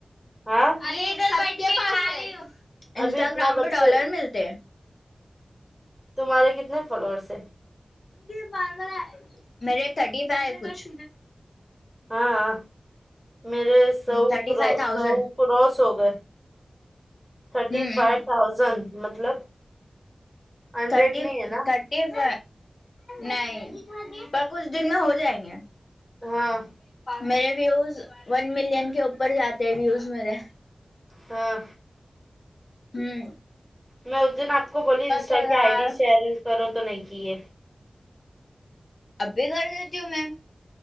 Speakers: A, in the centre; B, on the left.
A: ہاں
B: ارے ادھر بیٹھ کے پکا رہی ہوں انسٹاگررام
A: ابھی اتنا بچے
B: پہ ڈالر ملتے
A: تمہارے کتنے فالوورس ہیں
B: تیز فالوورس ہے میرے تھرٹی فائی کچھ
A: ہاں میرے سو
B: تھرٹی
A: کرو
B: فائیو تھاؤزینڈ
A: سو کراس ہو گئے تھرٹی
B: ہوں
A: فائیو تھاؤزینڈ مطلب ہنڈریڈ
B: تھرٹی
A: نہیں ہے نا
B: تھرٹی ف نہیں پر کچھ دن میں ہو جائیں گے
A: ہاں
B: میرے ویوز ون ملین کے اوپر جاتے ہیں ویوز میرے
A: ہاں
B: ہوں
A: میں اس دن آپ کو بولی انسٹا
B: ہزار
A: کی آئی ڈی شیئر کرو تو نہیں کیے
B: اب بھی کر دیتی ہوں میم